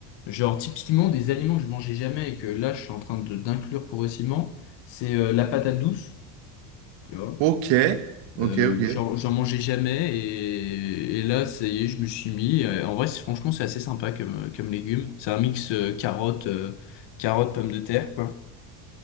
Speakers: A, on the left; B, on the right.
A: Genre, typiquement, des aliments que je mangeais jamais et que là, je suis en train de d'inclure progressivement, c'est euh, la patate douce, tu vois.
B: Ok, ok,
A: Euh,
B: ok.
A: genre, j'en mangeais jamais et, et là, ça y est, je me suis mis. Euh, En vrai, c'est- franchement, c'est assez sympa comme, comme légume. C'est un mix euh, carotte, euh, carotte, pomme de terre, quoi.